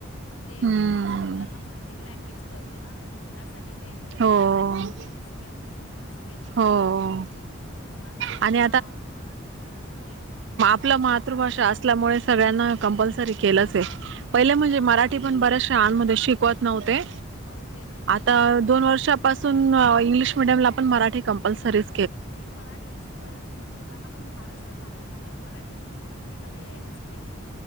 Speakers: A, on the left (about 80°); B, on the right (about 60°).
A: मग ते
B: हम्म.
A: म्हणजे कस मुलांना प्रत्येक लॅंग्वेज कळतीय ना त्यासाठी ते
B: हो
A: इनवॉल केले सगळ्या गोष्टी असं केल्यात
B: हो
A: प्रत्येक मुलांच आता
B: आणि
A: लय
B: पलं मातृभाषा असल्यामुळे सगळ्यांना कंपलसरी केलंच आहे. पहिलं म्हणजे
A: हा
B: मराठी
A: हा
B: पण बऱ्याचश्- शाळांमध्ये शिकवत नव्हते.
A: नव्हते नव्हते
B: आता
A: नव्हते
B: दोन वर्षापासून इंग्लिश मिडियमला पण मराठी कंपलसरीच
A: नाही मराठी शिकवायलाच पाहिजे ओ कारण आपण महाराष्ट्रात राहत् तोय म्हणल्याव मराठी की प्रत्येकाला यायलाच पाहिजे.